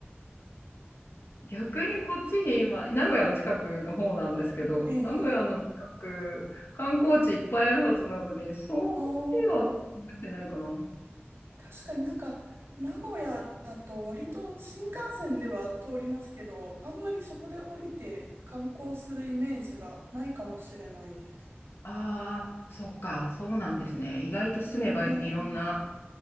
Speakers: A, on the left; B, on the right.
A: 逆にこっちに今、名古屋の近くの方なんですけど、
B: えー、
A: 名古屋の近く、観光地いっぱいあるはずなのに、そこではできてないかな。
B: あー確かになんか、名古屋だと割と新幹線では通りますけど、あんまりそこで降りて観光するイメージがないかもしれないです。
A: ああ、そっか、そうなんですね。意外と住めばいいろんな
B: えー